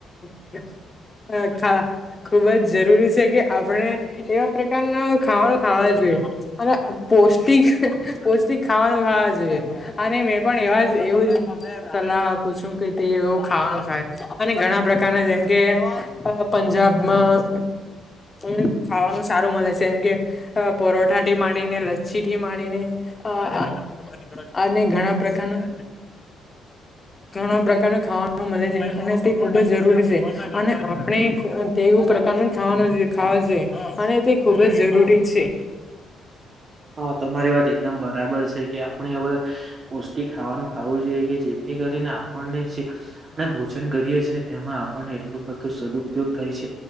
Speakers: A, on the left; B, on the right.
A: છે. <unintelligible> ખુબ જ જરૂરી છે કે આપણે એવા પ્રકારના ખાવા નું ખાવા જોઈએ. અને પૌષ્ટિક પૌષ્ટિક ખાવાનું ખાવા છે અને મેં પણ એવા એવું સલાહ પૂછું કે તે એવું ખાવાનું થાય અને ઘણા પ્રકારના જેમ કે પંજાબમાં પંજાબ ખાવાનું સારું મળે છે એમ કે પરોઠા માંડી ને, લચ્છી થી માંડીને અ અને ઘણા પ્રકારનું ઘણા પ્રકારના ખાવાનું મળે છે અને તે ખુબ જ જરૂરી છે અને આપણે તેવું પ્રકાર નું ખાવાનું જોઈએ ખાવા જોઈએ અને તે ખુબ જ જરૂરી છે.
B: હા તમારી વાત એકદમ બરાબર છે કે આપણે હવે પૌષ્ટિક ખાવાનું ખાવું જોઈએ કે જે થી કરીને આપણને જે આપણે ભોજન કરીએ છીએ તેમાં આપણને એટલું બધું સદ્ઉપયોગ થાય છે